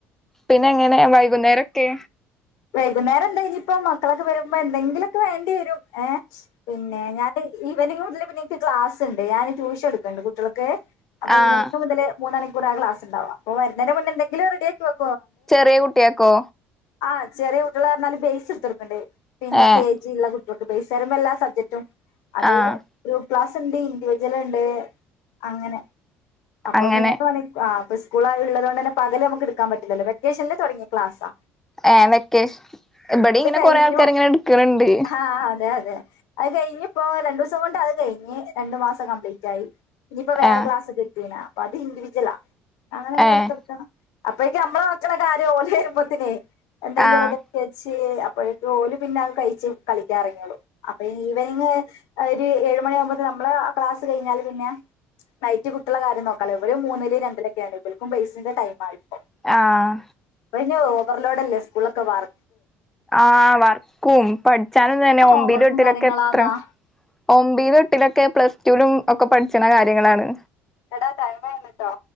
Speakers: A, in the centre; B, on the left (about 75°).
A: പിന്നെ എങ്ങനെ വൈകുന്നേരൊക്കെ
B: വൈകുന്നേരം എന്താ ഇനിയിപ്പോ മക്കളൊക്കെ വരുമ്പോ എന്തെങ്കിലുക്കെ വേണ്ടി വരും ഏ പിന്നെ ഞാൻ ഈവനിങ് മുതൽ പിന്നെ എനിക്ക് ക്ലാസ്ണ്ട് ഞാന് ട്യൂഷൻ എടുക്കണ്ട് കുട്ടികൾക്ക് അപ്പൊ
A: ആഹ്
B: ഈവെനിംഗ് മുതല് മൂന്നണി പ്പളാക്ലാസ് ഉണ്ടാകുക അപ്പോ വരുന്നേന് മുന്നെന്തെിലും റെഡിയാക്കി വക്കും
A: ചെറിയ കുട്ട്യാക്കോ
B: ആ ചെറിയ കുട്ടിയാളെന്ന് പറഞ്ഞാൽ ബേസ് എടുത്തൊടുക്കണ്ടേയ് പിന്നെ.
A: ഏഹ്
B: കെ ജ ള്ള കു <unintelligible> എല്ലാ സബ്ജക്റ്റും അതേ
A: ആഹ്
B: ഒ ക്ലാസ്ണ്ട് ഇൻഡിവിജല്ണ്ട് അങ്ങനെ അപ്പൊ
A: അങ്ങനെ
B: മൂന്ന് ണിക്ക് ആ ഇപ്പ സ്കൂളാർ ഉള്ളത് കൊണ്ട് തന്നെ പകല് ഞമ്മക്ക് എട്ക്കാൻ പറ്റില്ലല്ലോ വെക്കേഷനിൽ തുടങ്ങിയ ക്ലാസാ
A: ഏ വെക്കേഷ് ഇബടീങ്ങനെ
B: കഴിഞ്ഞു
A: കൊറേ ആൾക്കാർ ഇങ്ങനെ ഇടുക്ക്ണണ്ട്
B: ആഹ് അതെ അതെ അത് കഴിഞ്ഞ്പ്പോ രണ്ടൂസം കൊണ്ട് അത് കഴിഞ്ഞ് രണ്ടു മാസം കംപ്ലീറ്റ് ആയി ഇഞ്ഞിപ്പൊ വേറെ
A: ആഹ്
B: ക്ലാസ് കിട്ടീനാ അത് ഇൻ്റിവിജലാ അങ്ങനങ്ങനെ
A: ഏഹ്
B: എടുത്തൊടുക്കണം അപ്പേക്ക് ഞമ്മളെ മക്കള കാര്യം ഓല് വരുമ്പത്തിനെ എന്തെങ്കിലും
A: ആഹ്
B: റെഡിക്കി വെച്ച് അപ്പോഴക്ക് ഓല് പിന്നത് കഴിച്ച് കളിക്കാറങ്ങിയുള്ളൂ അപ്പൊ ഈവനിങ് ഒരു ഏഴ് മണി ആകുമ്പൊത്തിന് ഞമ്മള് ക്ലാസ് കഴിഞ്ഞാല് പിന്നെ നൈറ്റ് കുട്ടികളെ കാര്യം നോക്കാലോ ഇവര് മൂന്നില് രണ്ടിലൊക്കെയാണ് ഇവർക്കു ബേസിന്റെ ടൈമാ ഇപ്പോ
A: ആഹ്
B: <unintelligible> ഓവർലോടല്ലേ സ്കൂളിലൊക്കെ വർ
A: ആ വർക്കും പഠിച്ചാലും തന്നെ
B: ഹോംവർക്കും
A: ഒമ്പിലും എട്ടിലൊക്കെ
B: കാര്യങ്ങളാന്നാ
A: എത്രെ ഒമ്പിലും എട്ടിലൊക്കെ പ്ലസ്ട്ടുലും ഒക്ക പഠിച്ചണ കാര്യങ്ങളാണ്
B: എടാ ടൈംകഴിഞ്ഞിട്ടൊ